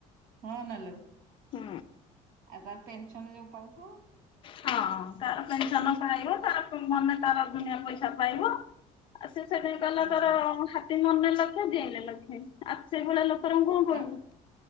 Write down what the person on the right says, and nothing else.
ହଁ ନାଲ ଆଉ
ତାର ପେନସନ ଯୋଉ ପାାରୁଥିବ।
ହଁ
ତ